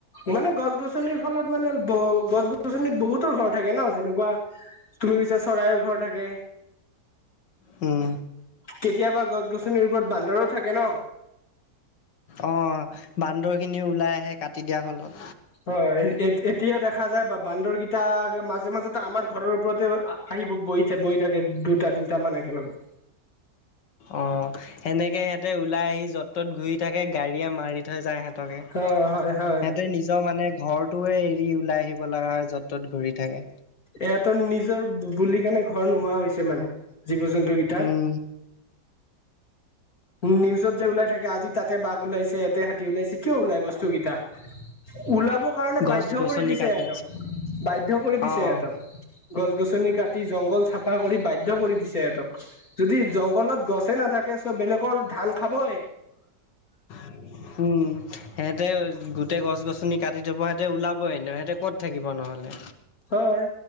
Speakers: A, on the left (about 55°); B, on the left (about 80°).
A: মানে গছ গছনিৰ ফলত মানে ব গছ গছনিত বহুতৰ ঘৰ থাকে ন যেনেকুৱা তুমি কৈছা চৰাইৰ ঘৰ থাকে।
B: উম।
A: কেতিয়াবা গছ গছনিৰ ওপৰত বান্দৰো থাকে ন।
B: অ', বান্দৰখিনিও ওলাই আহে কাটি দিয়া ফলত।
A: হয়, এ‌ এতিয়া দেখা যায় বা বান্দৰকিটা মাজে মাজেতো আমাৰ ঘৰৰ ওপৰতে আহি বহি-বহি থাকে বহি থাকে দুটা তিনিটা মান একেলগে।
B: অ', সেনেকৈ সিহঁতে ওলাই আহি য'ত ত'ত ঘূৰি থাকে গাড়ীয়ে মাৰি থৈ যায়। সিহঁতে
A: অ হয় হয়
B: নিজৰ মানে ঘৰটোৱে এৰি ওলাই আহিব লগা হয় য'ত ত'ত ঘূৰি থাকে।
A: ইহঁতৰ নিজৰ বুলি কেনে ঘৰ নোহোৱা হৈছে মানে জীৱ জন্তু কেইটাৰ
B: উম।
A: নিউজত যে ওলাই থাকে আজি তাতে বাঘ ওলাইছে ইয়াতে হাতী ওলাইছে কিয় ওলাই বস্তু কেইটা? ওলাব কাৰণে
B: গছ
A: বাধ্য
B: গছনি
A: কৰি দিছে
B: কাটি
A: সিহঁতক বাধ্য কৰি দিছে।
B: অ'
A: গছ গছনি কাটি জংঘল চাফা কৰি বাধ্য কৰি দিছে সিহঁতক। যদি জংঘলত গছে নাথাকে চব বেলেগৰ ধান খাবই।
B: <inaudible> উম, সিহঁতে গোটেই গছ গছনি কাটি থব সিহঁতে ওলাব এনে সিহঁতে কত থাকিবা নহ'লে।
A: হয়।